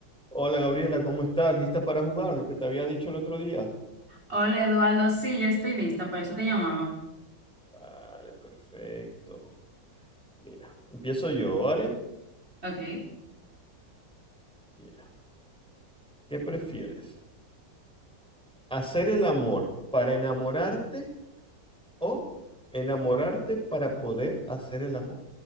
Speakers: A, in the centre; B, on the right.
A: Hola Gabriela, ¿cómo estás? ¿Lista para jugar? Lo que te había dicho el otro día.
B: Hola Eduardo, sí, ya estoy lista, por eso te llamaba.
A: Vale, perfecto. Mira, empiezo yo, ¿vale?
B: Ok.
A: Mira, ¿qué prefieres? ¿Hacer el amor para enamorarte o enamorarte para poder hacer el amor?